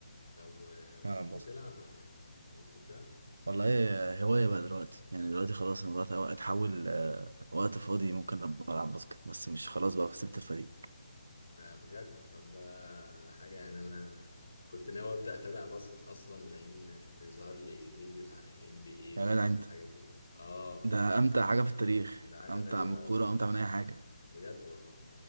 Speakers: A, on the left; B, on the right.
A: طب وما
B: بلعب
A: زلت
B: باسكت
A: تلعب ولا إيه؟ ما زلت بتلعب؟
B: والله هوايه بقى دلوقتي يعني دلوقتي خلاص الموضوع اتحول اتحول، آه، وقت فاضي ممكن ابقى العب باسكت بس مش خلاص بقى سبت الفريق
A: آه بجد طب ده ده حاجة يعني أنا كنت ناوي أبدأ أتابع باسكت أصلا لأن بيظهر لي فيديوز عن ال NBA
B: يا
A: بقى
B: جدع
A: والحاجات
B: انت
A: دي آه ف
B: ده امتع حاجه في التاريخ
A: ده حاجة
B: امتع
A: غريبة
B: من الكوره
A: أوي إنك
B: امتع من اي حاجه
A: بجد والله